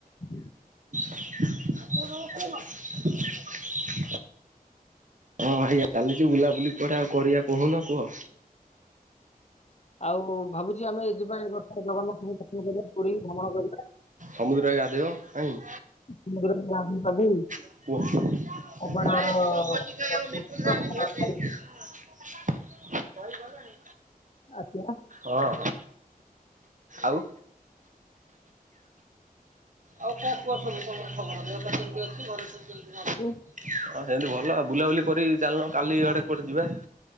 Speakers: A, on the left (about 45°); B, on the right (about 55°).
A: ହୁଁ
B: ରୁୋକୁ ହଁ ଆଜ୍ଞା ଚାଲିଚୁ ବୁଲାବୁଲି କୁଆଟେ ଆଉ କରିବା କହୁନ କୁହ
A: ଆଉ ଭାବୁଛି ଆମେ ଯିବା ଏ ବର୍ଷ ଜଗନ୍ନାଥଙ୍କୁ ଦର୍ଶନ କରିବା ପୁରୀ ଭ୍ରମଣ କରି
B: ସମୁଦ୍ରରେ ଗାଦ ଦେଖ କାଇଁ।
A: <unintelligible> ଗାଧେଇ ପାଧେଇ।
B: କୁହ।
A: ଅବଢାର ଦର୍ଶନ କରିବା, ଅବଢା ଖାଇ <inaudible>
B: ଭାଇ ଗଲାଣି।
A: ଆଜ୍ଞା।
B: ହଁ ଆଉ। ଆଉ କଣ କୁହ ସବୁ ତମର ଖବର ଦେହ ପା କେମିତି ଅଛି। ଘରେ ସବୁ କେମିତି କଣ
A: ସବୁ।
B: ଅଛି। ସେମିତି ଭଲ ବୁଲାବୁଲି କରି ଚାଲୁନ କାଲି ଆଡେ କୁଆଡେ ଯିବା